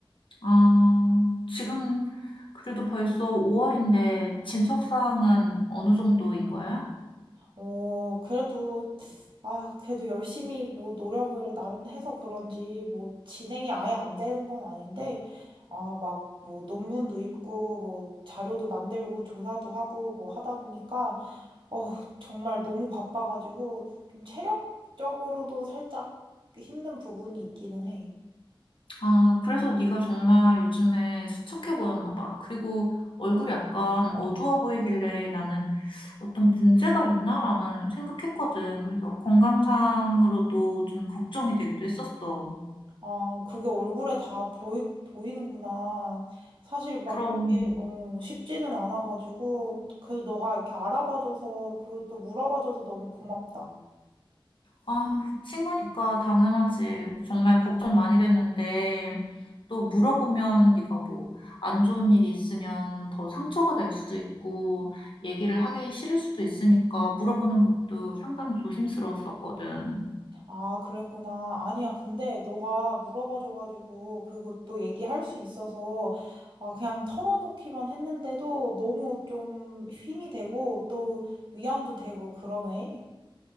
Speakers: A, on the left; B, on the right.
A: 아, 지금 그래도 벌써 5월인데 진척 사항은 어느 정도인 거야?
B: 어, 그래도, 아, 그래도 열심히 뭐 노력을 나름 해서 그런지 뭐 진행이 아예 안 되는 건 아닌데, 아, 막 뭐 논문도 읽고 뭐 자료도 만들고 조사도 하고 뭐 하다 보니까 어, 정말 너무 바빠가지고 좀 체력적으로도 살짝 힘든 부분이 있기는 해.
A: 아, 그래서 네가 정말 요즘에 수척해 보였나 봐. 그리고 얼굴이 약간 어두워 보이길래 나는 어떤 문제가 있나라는 생각했거든. 그래서 건강상으로도 좀 걱정이 되기도 했었어.
B: 아, 그게 얼굴에 다 보이, 보이는구나. 사실 막
A: 그럼,
B: 이게 어, 쉽지는 않아가지고 그래도 너가 이렇게 알아봐줘서 그리고 또 물어봐줘서 너무 고맙다.
A: 아, 친구니까 당연하지. 정말 걱정 많이 됐는데 또 물어보면 네가 뭐 안 좋은 일이 있으면 더 상처가 될 수도 있고 얘기를 하기 싫을 수도 있으니까 물어보는 것도 상당히 조심스러웠었거든.
B: 아, 그랬구나. 아니야, 근데 너가 물어봐줘가지고 그것도 얘기할 수 있어서 아, 그냥 털어놓기만 했는데도 너무 좀 힘이 되고 또 위안도 되고 그러네.